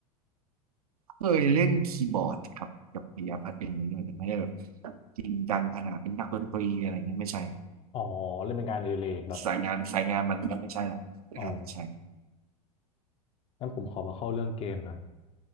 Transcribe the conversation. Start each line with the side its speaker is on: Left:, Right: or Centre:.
Right: เคยเล่นคีย์บอร์ดครับกับปิยพัฒน์เป็นอย่างนี้ด้วยแต่ไม่ได้แบบจริงจังขนาดเป็นนักดนตรีอะไรเงี้ยไม่ใช่
Left: อ๋อเล่นเป็นงานอดิเรกแบบ
Right: สายงานสายงานมันก็ไม่ใช่หรอกอ่าใช่
Left: อ๋องั้นผมขอมาเข้าเรื่องเกมหน่อย